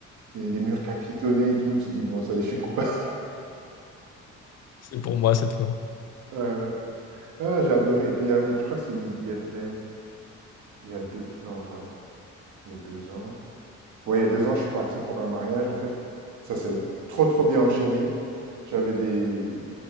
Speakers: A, on the right (about 70°); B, on the left (about 60°).
A: c'est les murs capitonnés et tout, tu te dis: «Bon, ça y est, je suis coupable».
B: C'est pour moi cette fois.
A: <laughs> Ouais, ouais. Non, j'ai adoré et puis, heu, je crois que c'est il y a l'année Il y a 2 non, attends, il y a 2 ans. Ouais, il y a 2 ans, je suis parti pour un mariage, en fait. Ça s'est trop, trop bien enchaîné. J'avais des